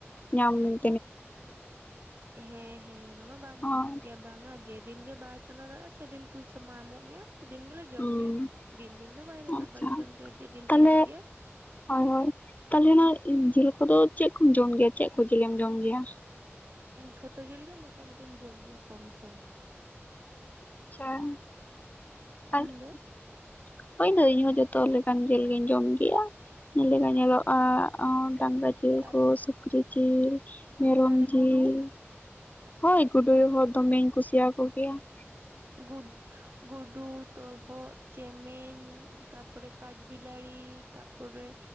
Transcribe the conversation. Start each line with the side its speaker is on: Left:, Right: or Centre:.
Left: ᱧᱟᱢ ᱢᱮ ᱱᱟᱜᱼᱟ ᱾
Right: ᱦᱮᱸ ᱦᱮᱸ ᱾ ᱚᱱᱟᱢᱟ ᱵᱟᱝ
Left: ᱦᱳᱭ
Right: ᱵᱷᱟᱹᱜᱤ ᱜᱮᱭᱟ ᱾ ᱵᱟᱝᱟ ᱡᱮ ᱫᱤᱱ ᱜᱮ ᱵᱟᱭ ᱪᱚᱸᱫᱟ ᱫᱟᱲᱮᱭᱟᱜᱼᱟ ᱥᱮ ᱫᱤᱱ ᱯᱩᱭᱥᱟᱹ ᱢᱟ ᱮᱢᱚᱜ ᱜᱮᱭᱟ ᱾ ᱫᱤᱱ ᱜᱮᱞᱮ ᱡᱚᱢ
Left: ᱦᱩᱸ
Right: ᱜᱮᱭᱟ ᱫᱤᱱ ᱫᱤᱱ ᱫᱚ, ᱵᱟᱭᱨᱮ ᱨᱮᱱᱟᱜ
Left: ᱟᱪᱪᱷᱟ
Right: ᱵᱟᱞᱮ ᱡᱚᱢ ᱜᱮᱭᱟ, ᱟᱨ ᱡᱮ ᱫᱤᱱ
Left: ᱛᱟᱦᱞᱮ
Right: ᱛᱮᱭᱟᱨ ᱜᱮᱭᱟ ᱾
Left: ᱦᱳᱭ ᱦᱳᱭ ᱾ ᱛᱟᱦᱞᱮ ᱱᱟ ᱡᱤᱞ ᱠᱚᱫᱚ ᱪᱮᱫ ᱠᱚᱢ ᱡᱚᱢ ᱜᱮᱭᱟ? ᱪᱮᱫ ᱠᱚ ᱡᱤᱞᱮᱢ ᱡᱚᱢ ᱜᱮᱭᱟ?
Right: ᱡᱷᱚᱛᱚ ᱡᱤᱞ ᱜᱮ ᱢᱳᱴᱟᱢᱩᱴᱤᱧ ᱡᱚᱢ ᱜᱮᱭᱟ ᱠᱚᱢ ᱥᱚᱢ ᱾
Left: ᱟᱪᱪᱷᱟ ᱾
Right: ᱟᱢ ᱫᱚ
Left: ᱦᱳᱭ ᱫᱟᱹᱭ ᱤᱧ ᱦᱚ ᱡᱚᱛᱚ ᱞᱮᱠᱟᱱ ᱡᱤᱞ ᱜᱤᱧ ᱡᱚᱢ ᱜᱮᱭᱟ, ᱡᱮ ᱞᱮᱠᱟ ᱧᱮᱞᱚᱜ ᱼᱟ ᱾ ᱰᱟᱝᱨᱟ ᱡᱤᱞ,
Right: ᱛᱟᱦᱞᱮ
Left: ᱠᱚ ᱥᱩᱠᱨᱤ ᱡᱤᱞ, ᱢᱮᱨᱚᱢ
Right: ᱛᱟᱦᱞᱮ
Left: ᱡᱤᱞ,
Right: ᱜᱩᱰᱩ
Left: ᱦᱳᱭ ᱜᱩᱰᱩ ᱦᱚᱸ ᱫᱚᱢᱮᱧ ᱠᱩᱥᱤᱭᱟ ᱠᱚ ᱜᱮᱭᱟ ᱾
Right: ᱜᱩᱰ ᱜᱩᱰᱩ, ᱛᱚᱨᱦᱚᱫ, ᱪᱮᱢᱮᱧ, ᱛᱟᱯᱚᱨᱮ ᱠᱟᱴ ᱵᱤᱞᱟᱹᱲᱤ ᱛᱟ ᱛᱟᱯᱚᱨᱮ